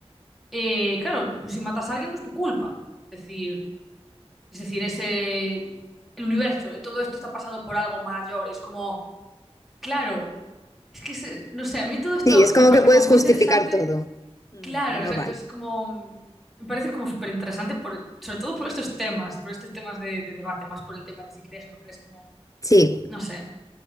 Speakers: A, in the centre; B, on the left.
A: eh, claro, tú si matas a alguien no es tu culpa. Es decir, es decir, ese, el universo, todo esto está pasando por algo mayor. y Es como... Claro, es que, se- no sé, a mí todo esto
B: sí, es
A: me
B: como
A: parece
B: que puedes
A: como muy
B: justificar
A: interesante.
B: todo. Ujú,
A: Claro,
B: Y
A: exacto,
B: no vale.
A: es como, me parece como súper interesante, por, sobre todo por estos temas, por estos temas de, de debate, más por el tema de si crees o no crees, como,
B: Sí,
A: no sé.